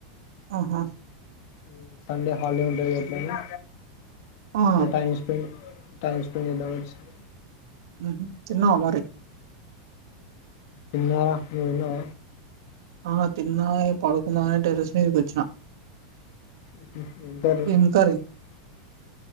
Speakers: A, on the right (about 75°); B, on the left (about 60°).
A: ఆహా
B: ఉ సండే హాలిడే ఉంటాది ఎట్లా అని
A: ఆ
B: దా టైమ్ స్పెండ్ టైమ్ స్పెండ్ చేద్దామని వచ్చినా
A: ఉహు తిన్నవా మరి
B: తిన్నా రా నువ్వు తిన్నావా
A: ఆ తిన్నాయి పడుకుందామని అనీ టెర్రెస్ మీదకు వచ్చిన
B: <unintelligible>
A: ఏం కర్రీ